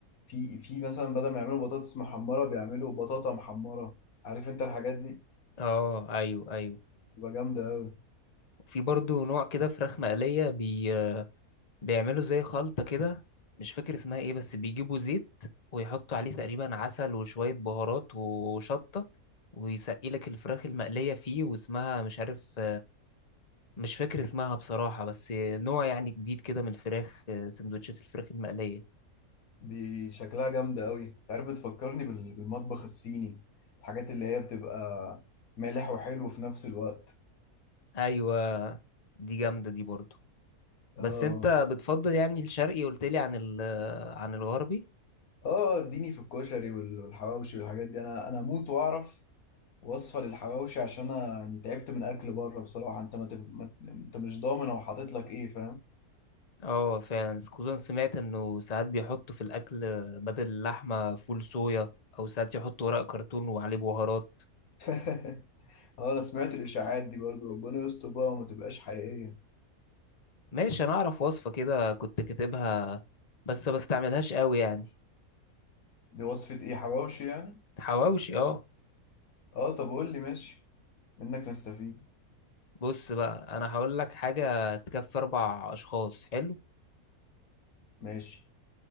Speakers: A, on the left; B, on the left.
A: في في مثلا بدل ما يعملوا بطاطس محمرة بيعملوا بطاطا محمرة عارف انت الحاجات دي
B: اه ايوه ايوه
A: تبقى جامدة أوي
B: في برضو نوع كده فراخ مقليه بي بيعملوا زي خلطة كده مش فاكر اسمها ايه بس بيجيبوا زيت ويحطوا عليه تقريبا عسل وشوية بهارات وشطة ويسقي لك الفراخ المقلية فيه واسمها مش عارف مش فاكر اسمها بصراحة بس نوع يعني جديد كده من الفراخ سندوتشات الفراخ المقلية
A: دي شكلها جامدة أوي انت عارف بتفكرني بال- بالمطبخ الصيني الحاجات اللي هي بتبقى مالح وحلو في نفس الوقت
B: ايوه دي جامدة دي برضو
A: اه
B: بس انت بتفضل يعني الشرقي قلت لي عن ال عن الغربي
A: اه اديني في الكشري وال- والحواوشي والحاجات دي انا انا اموت واعرف وصفة للحواوشي عشان انا يعني تعبت من اكل بره بصراحة انت ما, تف... ما... انت مش ضامن هو حاطط لك ايه فاهم
B: اه فعلا خصوصا سمعت انه ساعات بيحطوا في الاكل بدل اللحمه فول صويا او ساعات يحطوا ورق كرتون وعليه بهارات
A: <laughs> اه انا سمعت الاشاعات دي برضو ربنا يستر بقى وما تبقاش حقيقية
B: ماشي انا اعرف وصفه كده كنت كاتبها بس ما استعملهاش قوي يعني
A: دي وصفة ايه حواوشي يعني
B: حواوشي اه
A: اه طب قول لي ماشي منك نستفيد
B: بص بقى انا هقول لك حاجه تكفي اربع اشخاص حلو
A: ماشي